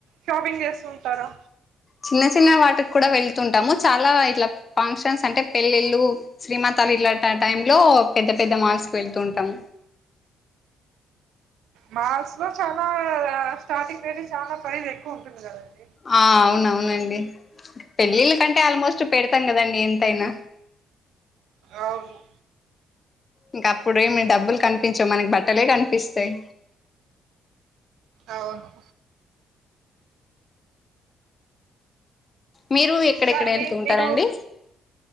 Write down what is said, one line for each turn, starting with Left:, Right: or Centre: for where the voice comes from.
Right: షాపింగ్ చేస్తు ఉంటారా
Left: చిన్న చిన్న వాటికి కూడా వెళ్తుంటాము చాలా ఇట్లా ఫంక్షన్స్ అంటే పెళ్ళిళ్ళు శ్రీమాతాలు ఇల్లా టైమ్ లో పెద్ద పెద్ద మాల్స్ కి వెళ్తు ఉంటాం
Right: మాల్స్ లో చాలా స్టార్టింగ్ రేట్ చాలా ప్రైస్ ఎక్కువ ఉంటుంది కదండి
Left: ఆ అవునవునండి పెళ్ళిళ్ళ కంటే ఆల్మోస్ట్ పెడతాం కదండీ ఎంతైనా
Right: అవును
Left: ఇంకా అప్పుడేమి డబ్బులు కనిపించవు మనకి బట్టలే కనిపిస్తాయి
Right: అవును
Left: మీరు ఎక్కడెక్కడ
Right: ఇంకా అండి
Left: వెళ్తు ఉంటారండి
Right: మీరు